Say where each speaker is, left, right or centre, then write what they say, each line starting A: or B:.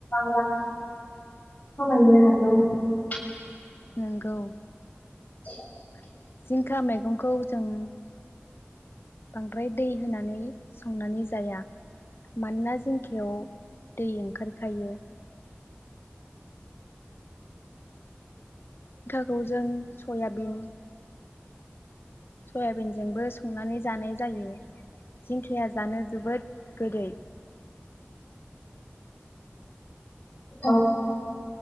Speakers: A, on the left (about 35°); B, on the left (about 60°).
A: <unintelligible>
B: नोंगौ
A: <unintelligible>
B: <inaudible> बांद्राय दै होनानै संनानै जाया मानोना जिंखायाव दै ओंखारखायो। थजों सयाबि सयाबिनजोंबो संनानै जानाय जायो जिंखाया जानो जोबोद गोदै।
A: औ